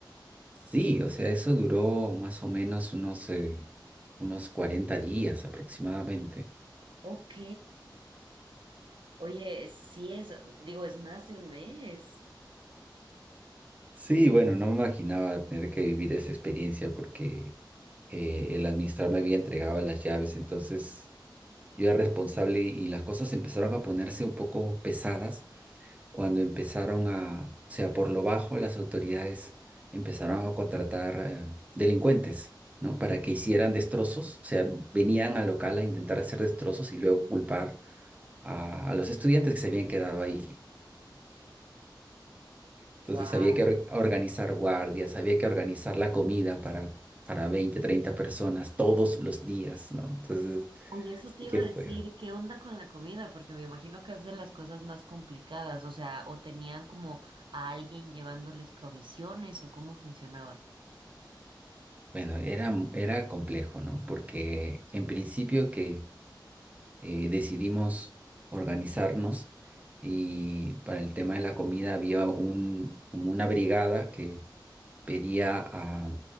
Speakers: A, on the right; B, on the right.
A: Sí, o sea, eso duró más o menos unos, eh, unos 40 días aproximadamente.
B: Ok. Oye, sí es, digo, es más de un mes.
A: Sí, bueno, no me imaginaba tener que vivir esa experiencia porque eh, el administrador me había entregado las llaves, entonces yo era responsable y las cosas empezaron a ponerse un poco pesadas cuando empezaron a, o sea, por lo bajo las autoridades empezaron a contratar eh, delincuentes, ¿no? Para que hicieran destrozos, o sea, venían al local a intentar hacer destrozos y luego culpar a, a los estudiantes que se habían quedado ahí Entonces
B: Wow.
A: había que or- organizar guardias, había que organizar la comida para, para 20 30 personas todos los días, ¿no? Entonces,
B: Oye, eso
A: sí
B: te iba
A: que
B: a decir,
A: fue?
B: ¿qué onda con la comida? Porque me imagino que es de las cosas más complicadas, o sea, o tenían como a alguien llevándoles provisiones o cómo funcionaba.
A: Bueno, era, era complejo, ¿no? Porque en principio que eh, decidimos organizarnos y para el tema de la comida había un, como una brigada que pedía ah,